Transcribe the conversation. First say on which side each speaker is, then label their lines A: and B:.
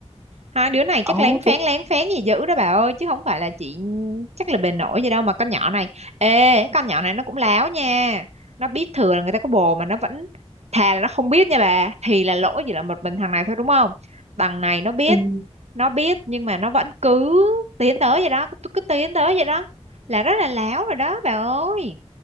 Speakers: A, on the right; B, on the right.
A: Hai đứa này
B: ờ
A: chắc lén
B: kiểu
A: phén lén phén gì dữ đó bà ơi chứ không phải là chị chắc là bề nổi gì đâu mà con nhỏ này ê con nhỏ này nó cũng láo nha nó biết thừa là người ta có bồ mà nó vẫn thà là nó không biết nha bà thì là lỗi chỉ là một mình thằng này thôi đúng không thằng này nó biết
B: ừ,
A: nó biết nhưng mà nó vẫn cứ tiến tới vậy đó cứ, cứ tiến tới vậy đó là rất là láo rồi đó bà ơi